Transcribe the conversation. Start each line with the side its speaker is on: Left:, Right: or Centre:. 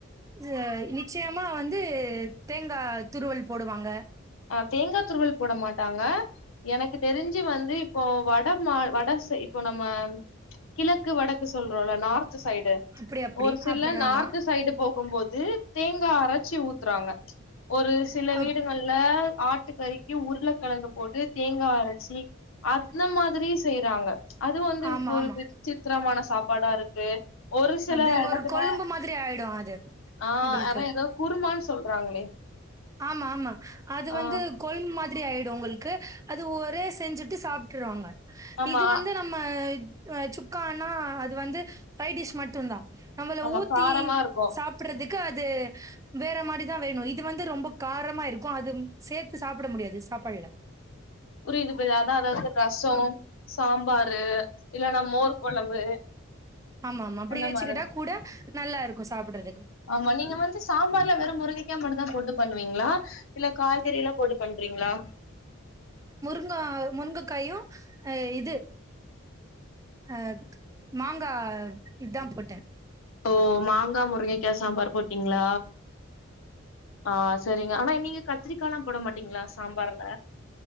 Right: இது நிச்சயமா வந்து தேங்கா துருவல் போடுவாங்க
Left: அ தேங்கா துருவல் போட மாட்டாங்க எனக்கு தெரிஞ்சு வந்து இப்போ வட மா வட செய் இப்போ நம்ம கிழக்கு வடக் சொல்றோம்ல நார்த் சைடு
Right: அப்டி அப்டி
Left: ஒரு சில
Right: அப்டி
Left: நார்த்
Right: ஆமா
Left: சைடு போகுபோது து தேங்கா அரச்சு ஊத்துறாங்க ஒரு சில
Right: அ
Left: வீடுகள் ஆ ஆட்டு கறிக்கு உருளக்கெழங்கு போட்டு தேங்கா அரச்சி அந்த மாதிரியு செய்றாங்க அது வந்து
Right: ஆமா
Left: ஒரு
Right: ஆமா
Left: விசித்திரமான சா ப்பாடா இருக்கு ஒரு சில
Right: அது
Left: எடத்துல
Right: ஒரு கொழம்பு மாதிரி ஆயிடு அது
Left: ஆ
Right: உங்களுக்கு
Left: அதா ஏதோ குருமான்னு சொல்றாங்களே
Right: ஆமா ஆமா அது
Left: ஆ
Right: வந்து கொழ்ம் மாதிரி ஆயிடு உங்களுக்கு அது ஒரே செஞ்சுட்டு சாப்ட்டுருவாங்க
Left: ஆமா
Right: இது வந்து நம்ம ஆ சுக்கான்னா அது வந்து சைட் டிஷ் மட் டுந்தா நம்மள
Left: ஆமா
Right: ஊத்தி
Left: காரமா இருக்கு
Right: சாப்பிடறது க்கு அது வேற மாரிதா வேணு இது வந்து ரொம்ப காரமா இருக்கு அது சேத்து சாப்பட முடியாது சாப்பாடுல
Left: புரியுது புரியுது அதா அதா இது ரசோ சாம்பாரு இல்லன்னா மோர் கொழம்பு
Right: ஆமா ஆமா அப்பிடி
Left: அந்த
Right: வச்சுக்கிட்டா
Left: மாதிரி
Right: கூட நல்லா இருக்கு சாப்பிடுறதுக்கு
Left: ஆமா நீங்க வந்து சாம்பார்ல வெறு முருங்கைக்கா மட்டுந்தா போட்டு பண்ணுவீங்களா இல்ல காய்கறி எல்லா போட்டு பண்றீங்களா
Right: ங்கா முருங்கக்காயு ஆ இது ஆ மாங்கா இதா போட்டே
Left: ஓ மாங்கா முருங்கைக்கா சாம்பார் போட்டீங்களா ஆ சரிங்க ஆனா நீங்க கத்திரிக்காலா போட மாட் டீங்களா சாம்பார்ல